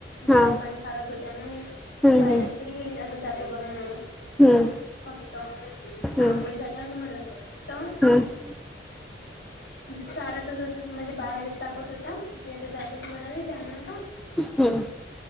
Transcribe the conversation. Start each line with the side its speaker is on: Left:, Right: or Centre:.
Left: बाहेर
Centre: हा
Left: पण सारत होतना मी <unintelligible>
Centre: हम्म
Left: ती गेली आता जातो ग म्हणून
Centre: हम्म हम्म
Left: फक्त अंगोळी
Centre: हम्म
Left: सा <unintelligible> म्हलं त,
Centre: हम्म
Left: सारा तस म्हणजे बाहेरच टाकत होता मी आता जातोच म्हणाले त्यांना का
Centre: हम्म